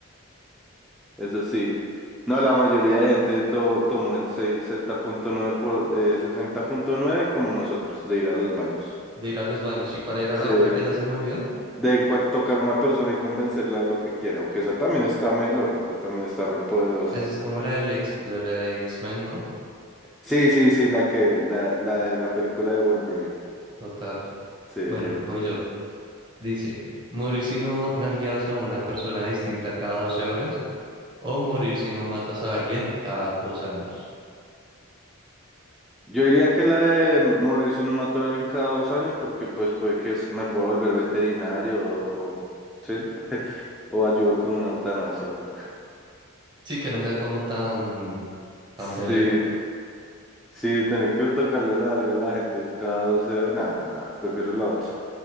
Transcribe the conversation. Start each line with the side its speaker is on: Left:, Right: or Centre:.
Centre: Eso sí. No, la mayoría de gente to- tomó el sesenta punto nueve por eh, sesenta punto nueve como nosotros, de ir a los baños.
Right: De ir a los baños. ¿Y cuál era
Centre: Sí,
Right: la otra que ya se me olvidó?
Centre: de cual- tocar a una persona y convencerla de lo que quiera, aunque esa también está melo, esa también está re poderosa.
Right: Esa es como la del ex, la la de X-Men, ¿no?
Centre: Sí, sí, sí, la que, la, la de la película de Wolverine.
Right: Total.
Centre: Sí,
Right: Bueno,
Centre: sí.
Right: voy yo. Dice, morir si no nalgas a una persona distinta cada 12 horas o morir si no matas a alguien cada dos años.
Centre: Yo diría que la de morir si no mato a alguien cada dos años, porque pues puede que es- me pueda volver veterinario o, o- sí, o ayudo con una eutanasia o algo.
Right: Sí, que no sea como tan, tan
Centre: Sí,
Right: bélico.
Centre: sí, tener que tocarle la alga a la gente cada 12 horas. No, no, no, prefiero la otra.